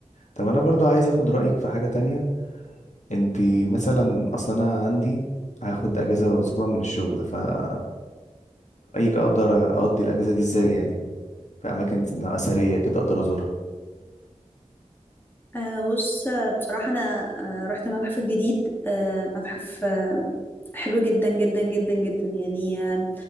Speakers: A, on the left (about 70°); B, on the left (about 15°).
A: طب أنا برضو عايز أخد رأيك في حاجة تانية انتي مثلا اصلا انا عندي هاخد اجازه اسبوع من الشغل فرايك اقدر اقضي الاجازه دي ازاي يعني في اماكن اثريه كده اقدر ازورها
B: آه بص آه، بصراحة أنا آه رحت المتحف الجديد آه متحف آه حلو جدا جدا جدا جدا يعني آه